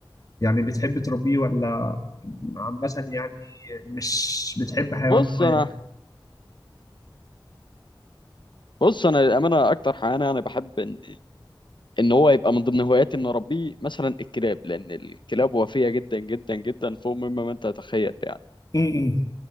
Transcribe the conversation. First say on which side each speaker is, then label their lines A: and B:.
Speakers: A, on the left; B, on the left.
A: يعني بتحب تربيه ولا عامة يعني مش بتحب حيوان
B: بص
A: معين
B: انا بص انا للامانه اكتر حيوان انا بحب ان ان هو يبقى من ضمن هواياتي ان اربيه مثلا الكلاب لان الكلاب وفيه جدا جدا جدا فوق مما ما انت تتخيل يعني
A: م- م.